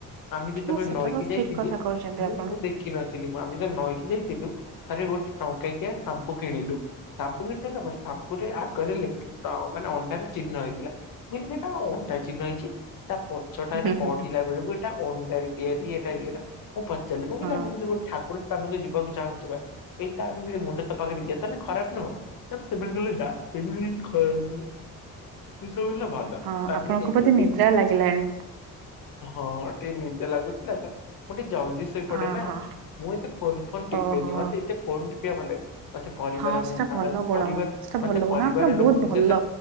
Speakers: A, on the left; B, on the right.
A: ଆମେ ଯେତେବେଳେ
B: ହଁ ସେଟା
A: ନଈକି
B: ତ
A: ଯାଇଥିଲୁ
B: ଠିକ କଥା କହିଛନ୍ତି
A: ମୁଁ
B: ଆପଣ।
A: ମୁଁ ଦେଖିିନଥିଲି ମୁ ଆମ୍ ଦିନେ ନଈକି ଯାଇଥିଲୁ ଥରେ ଗୋଟେ ଟଙ୍କକିଆ ସାମ୍ପୁ କିଣିଲୁ ସାମ୍ପୁ କୁ ଯିଏ ନବ ସାମ୍ପୁରେ ଆଗରେ ଲେଖା - ଅ ମାନେ ଅଣ୍ଡାରେ ଚିହ୍ନ ହେଇଥିଲା ମୁ କହିଲି ସେଇଟା ଅଣ୍ଡା ଚିହ୍ନ ହେଇଛି ତା ପଛଟାରେ
B: ହୁଁ ହୁଁ
A: ପଢିଲା ବେଳକୁ ଏଟା ଅଣ୍ଡାର ତିଆରି ଏଟା ଇଏଟା ମୁଁ ପଚାରିଲି
B: ହଁ
A: କିଲ ଆମେ ଯଦି ଗୋଟେ ଠାକୁର ସ୍ଥାନକୁ ଯିବାକୁ ଚାହୁଁଥିବା ବା ଏଇଟା ଆମେ ଯଦି ମୁଣ୍ଡ ସଫା କରି ଯିିବା ତାହେଲେ ଖରାପ ନୁହଁ ତାପରେ ସେମାନେ ଗଲେ ନା ସେମିତି କିଛି ଖରାପ ନୁହ ସବୁ ହେଲା ଭଲ
B: ହଁ
A: ତମେ
B: ଆପଣଙ୍କୁ
A: ଏମିତି
B: ବୋଧେ ନିଦ୍ରା ଲାଗିଲାଣି
A: ହଁ ଟିକେ ନିଦ ଲାଗୁଥିଲା ତ ମୁଁ ଟିକେ ଜଲଦି ଶୋଇପଡେ
B: ଅହୋ
A: ନା ମୁଁ ଏତ ଫୋନ ଫୋନ ଟିପେନି
B: ଓହୋ
A: ମତେ ଏତେ ଫୋନ ଟିପିବା ଭଲଲା ମତେ ପରିବାର
B: ହଁ ସେଟା
A: ମାନ
B: ଭଲ ଗୁଣ
A: ପରିବାର
B: ସେଟା
A: ମତେ
B: ଭଲ ଗୁଣ
A: ପରିବାର
B: ଆପଣ ବହୁତ
A: ଲୋକଙ୍କ
B: ଭଲ
A: ସହିତ